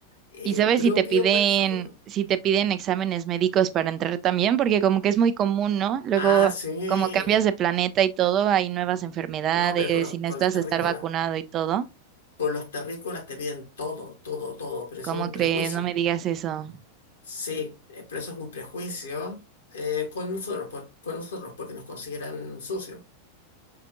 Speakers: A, on the left; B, on the right.
A: eh,
B: Y sabes
A: propio
B: si te piden,
A: para Saturno.
B: si te piden exámenes médicos para entrar también, porque como que es muy común, ¿no? Luego,
A: Ah, sí.
B: como cambias de planeta y todo, hay nuevas enfermedades
A: No, pero con los,
B: y necesitas
A: con los terrícolas.
B: estar vacunado y todo.
A: Con los terrícolas te piden todo, todo, todo, pero
B: ¿Cómo
A: eso es un
B: crees?
A: prejuicio.
B: No me digas eso.
A: Sí, eh, pero eso es un prejuicio eh, con nosotros, pues con nosotros, porque nos consideran sucios.